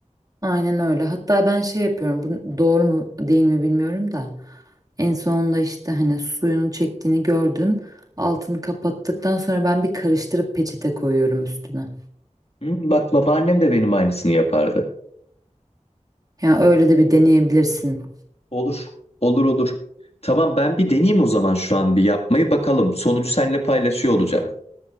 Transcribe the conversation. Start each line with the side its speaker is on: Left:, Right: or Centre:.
Right: Aynen öyle. Hatta ben şey yapıyorum. Bu doğru mu değil mi bilmiyorum da. En sonunda işte hani suyunu çektiğini gördün. Altını kapattıktan sonra ben bir karıştırıp peçete koyuyorum üstüne.
Left: Hmm, bak babaannem de benim aynısını yapardı.
Right: Yani öyle de bir deneyebilirsin.
Left: Olur. Olur olur. Tamam ben bir deneyeyim o zaman şu an bir yapmayı bakalım. Sonucu seninle paylaşıyor olacağım.